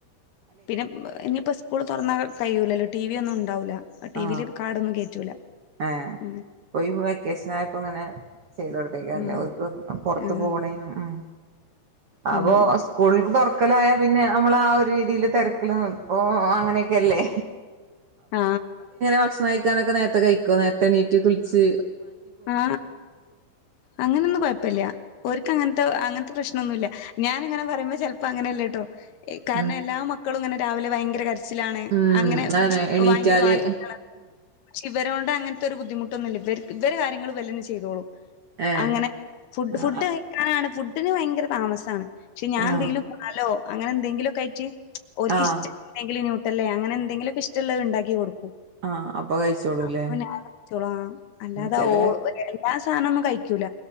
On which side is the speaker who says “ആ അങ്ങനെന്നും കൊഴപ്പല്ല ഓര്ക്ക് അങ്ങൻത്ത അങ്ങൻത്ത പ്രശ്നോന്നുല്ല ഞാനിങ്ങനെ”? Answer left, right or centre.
Left